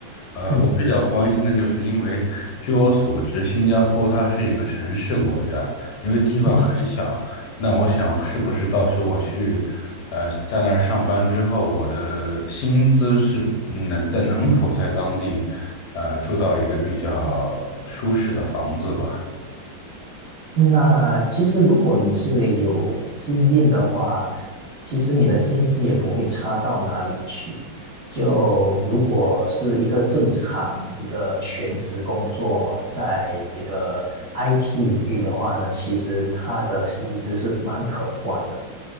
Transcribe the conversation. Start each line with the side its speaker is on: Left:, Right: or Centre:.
Left: 呃，
Right: 嗯
Left: 我比较关心的就是，因为据我所知，新加坡它是一个城市国家，因为地方很小。
Right: 嗯，
Left: 那我想，是不是到时候我去呃在那儿上班之后，我的薪资是嗯能在能否在当地呃住到一个比较舒适的房子吧？
Right: 那其实如果你是有经验的话，其实你的薪资也不会差到哪里去。就如果是一个正常一个全职工作，在这个 IT 领域的话呢，其实它的薪资是蛮可观的。